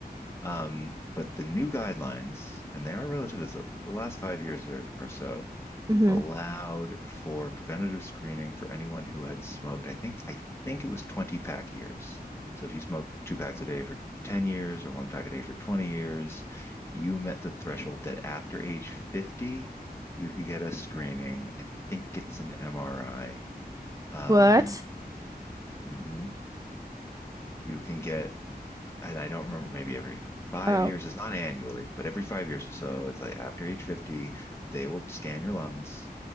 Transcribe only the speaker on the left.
Um, but the new guidelines, and they are relatively, so the last five years or, or so,
allowed for preventative screening for anyone who had smoked, I think, I think it was 20 pack years. So if you smoked two packs a day for 10 years or one pack a day for 20 years, you met the threshold that after age 50, you could get a screening. I think it's an MRI. Um,
mhm. You can get and I don't remember, maybe every five
years, it's not annually, but every five years or so, it's like after age 50, they will scan your lungs